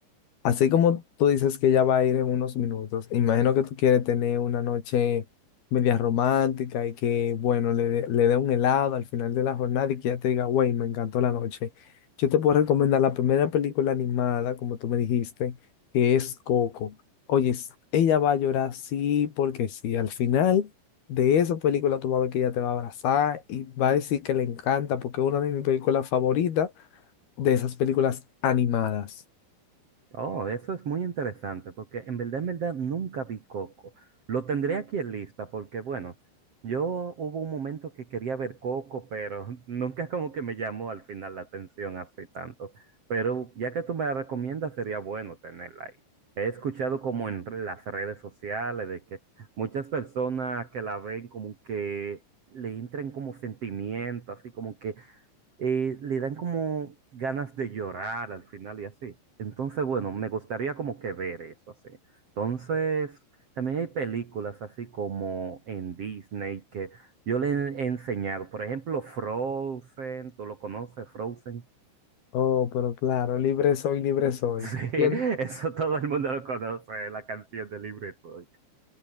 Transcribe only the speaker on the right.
Oh, eso es muy interesante porque en verdad, en verdad nunca vi Coco. Lo tendré aquí en lista porque, bueno, yo hubo un momento que quería ver Coco, pero <laughs> nunca como que me llamó al final la atención así tanto. Pero ya que tú me la recomiendas, sería bueno tenerla ahí. He escuchado como en re- las redes sociales de que muchas personas que la ven como que le entran como sentimiento, así como que eh, le dan como ganas de llorar al final y así. Entonces, bueno, me gustaría como que ver eso así. Entonces, también hay películas así como en Disney que yo le he he enseñado. Por ejemplo, Frozen, ¿tú lo conoces, Frozen? <laughs>
Sí,
eso todo el mundo lo conoce, la canción de Libre Soy.